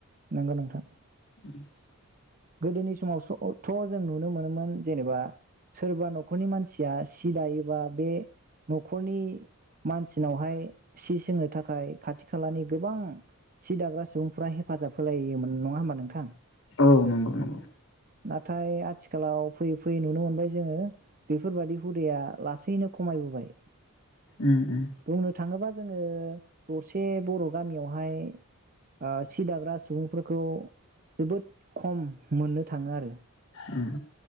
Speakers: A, on the right; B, on the left.
A: नंगौ नोंथां।
B: <inaudible>
A: गोदोनि समाव सो अथ' जों नुनो मोनोमोन जेनेबा सोरबा न'खरनि मानसिया सि दायोबा बे न'खरनि मानसिनावहाय सि सोंनो थाखाय खाथि खालानि गोबां सि दाग्रा सुबुंफोरा हेफाजाब होलायोमोन नङा होमबा नोंथां।
B: औ नंगौ नंगौ।
A: नाथाय आथिखालाव फैयै फैयै नुनो मोनबाय जोङो बैफोरबादि हुदाया लासैयैनो खमायबोबाय।
B: उम उम
A: बुंनो थाङोबा जोङो दरसे बर' गामियावहाय ओ सि दाग्रा सुबुंफोरखौ जोबोद खम मोननो थांङो आरो
B: उम।